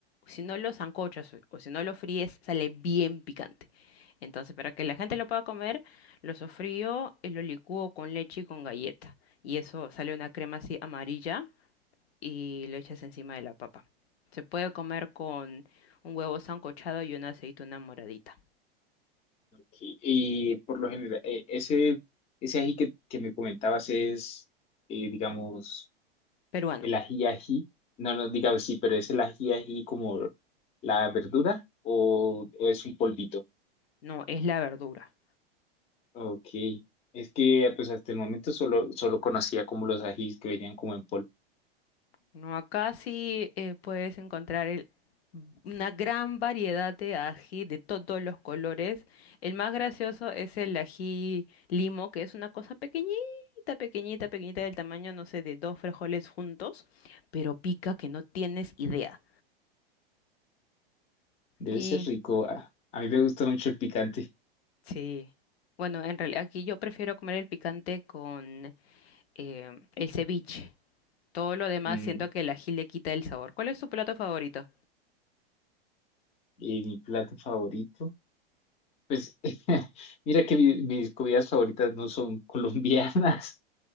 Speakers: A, on the left (about 80°); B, on the left (about 20°).
A: si no lo sancochas o o si no lo fríes, sale bien picante. Entonces, para que la gente lo pueda comer, lo sofrío y lo licúo con leche y con galleta. Y eso sale una crema así amarilla y lo echas encima de la papa. Se puede comer con un huevo sancochado y una aceituna moradita.
B: Y, y por lo general, eh, ese, ese ají que, que me comentabas es, eh, digamos,
A: Peruano,
B: el ají ají. No, no, digamos, sí, pero es el ají ají como la verdura o, o es un polvito.
A: no, es la verdura.
B: Ok. Es que pues hasta el momento solo, solo conocía como los ajís que venían como en polvo.
A: No, acá sí eh, puedes encontrar el- una gran variedad de ají de todos los colores. El más gracioso es el ají limo, que es una cosa pequeñita, pequeñita, pequeñita del tamaño, no sé, de dos frijoles juntos, pero pica que no tienes idea.
B: Debe
A: Y
B: ser rico. A, a mí me gusta mucho el picante.
A: sí, bueno, en realidad aquí yo prefiero comer el picante con eh, el ceviche. Todo lo demás
B: Mm,
A: siento que el ají le quita el sabor. ¿Cuál es tu plato favorito?
B: y mi plato favorito. Pues <laughs> mira que mi- mis comidas favoritas no son <laughs> colombianas.